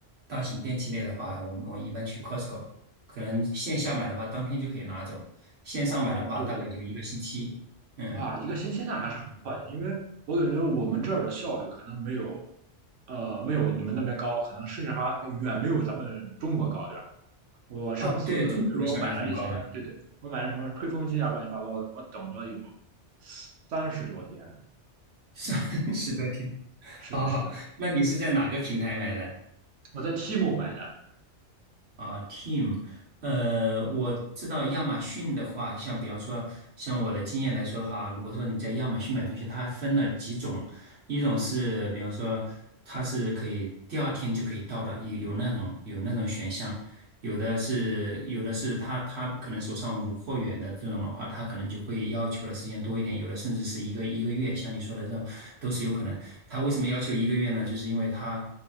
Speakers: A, on the right; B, on the right.
A: 大型电器类的话，我们我们一般去 Costco，可能线下买的话当天就可以拿走，线上买的话大概就一个星期。
B: 哦，对对对。
A: 嗯，
B: 哇，一个星期那还是很快的，因为我感觉我们这儿的效率可能没有，呃，没有你们那边高，可能甚至还远没有咱们中国高，对吧？我上次比如说我买了一些，
A: 啊，对，中国的效率很高的，
B: 对对，我买了什么吹风机啊，乱七八糟的，我等了有三十多天，
A: <laughs> 三十多天。
B: 没错，是的，
A: 哦，
B: 是的，
A: 那你是在哪个平台买的？
B: 我在 t m a 买的。
A: 啊，team，呃，我知道亚马逊的话，像比方说，像我的经验来说的话，如果说你在亚马逊买东西，它分了几种，一种是比方说它是可以第二天就可以到的，有有那种有那种选项，有的是有的是他他可能手上无货源的这种的话，他可能就会要求的时间多一点，有的甚至是一个一个月，像你说的这种都是有可能。他为什么要求一个月呢？就是因为他